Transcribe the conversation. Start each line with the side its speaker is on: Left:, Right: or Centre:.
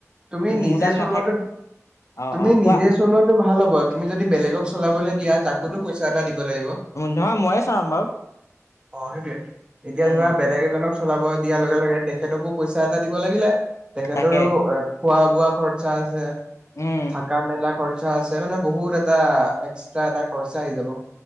Right: তুমি নিজে
Left: মোৰ তাত
Right: চলোৱাটো
Left: নাথাক অ',
Right: তুমি
Left: অ' কোৱা
Right: নিজে চলোৱাাতটো ভাল হ'ব তুমি যদি বেলেগক চলাবলৈ দিয়া তাকোতো পইচা এটা দিব। <unintelligible>
Left: নহয় ময়ে চলাম বাৰু
Right: অ', সেইটোৱে, এতিয়া
Left: উম,
Right: ধৰা বেলেগে চলাব দিয়াৰ লগে, লগে তেখেতকো পইচা এটা দিব লাগিলে, তেখেতৰো
Left: তাকে
Right: খোৱা, বোৱা খৰচা আছে,
Left: উম।
Right: থাকা মেলা খৰচা আছে, মানে বহুত এটা এক্সট্ৰা। এটা খৰচা আহি যাব।